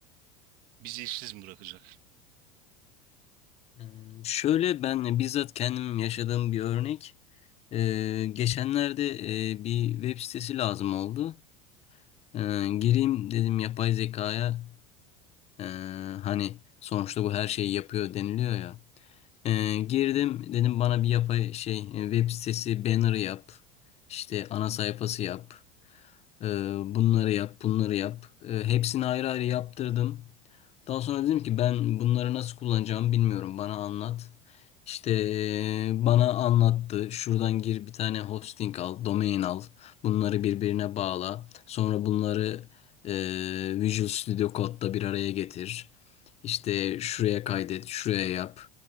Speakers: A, on the right (about 60°); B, on the left (about 40°).
A: bizi işsiz mi bırakacak?
B: Ee, Şöyle ben bizzat kendim yaşadığım bir örnek. Ee, geçenlerde e, bir web sitesi lazım oldu. Ee, gireyim dedim yapay zekaya. Ee, hani sonuçta bu her şeyi yapıyor deniliyor ya. Ee, girdim dedim bana bir yapay şey e, web sitesi banner yap. İşte ana sayfası yap. Ee, bunları yap, bunları yap. Ee, hepsini ayrı ayrı yaptırdım. Daha sonra dedim ki ben bunları nasıl kullanacağımı bilmiyorum. Bana anlat. İşte eee, bana anlattı. Şuradan gir bir tane hosting al, domain al. Bunları birbirine bağla. Sonra bunları eee, Visual Studio Code'da bir araya getir. İşte şuraya kaydet, şuraya yap.